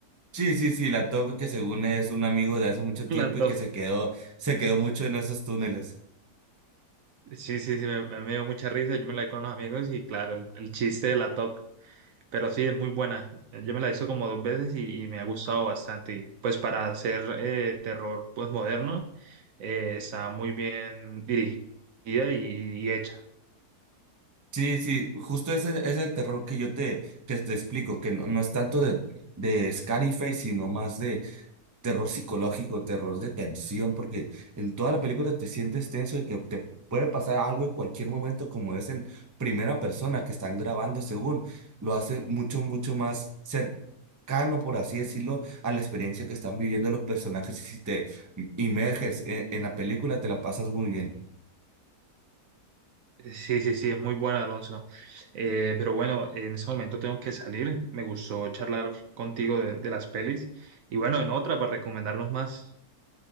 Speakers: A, on the right (about 15°); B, on the right (about 65°).
A: Sí, sí, sí, la top que según es un amigo de hace mucho
B: <laughs>
A: tiempo
B: La Top.
A: y que se quedó, se quedó mucho en esos túneles.
B: Sí, sí, sí, me, me dio mucha risa. Yo me la vi con los amigos y claro, el, el chiste de la Top. Pero sí, es muy buena. Yo me la he visto como dos veces y, y me ha gustado bastante. Y pues para hacer eh, terror pues moderno, eh, está muy bien dirigida y y hecha.
A: Sí, sí, justo ese es el terror que yo te, que te explico, que no, no es tanto de, de Scarface, sino más terror psicológico, terror de tensión, porque en toda la película te sientes tenso de que te puede pasar algo en cualquier momento, como es en primera persona que están grabando, según lo hace mucho, mucho más cercano, por así decirlo, a la experiencia que están viviendo los personajes. Y si te inmerges en, en la película, te la pasas muy bien.
B: Sí, sí, sí, es muy bueno, Alonso. Eh, pero bueno, en ese momento tengo que salir. Me gustó charlar contigo de, de las pelis. Y bueno, en otra para recomendarnos más.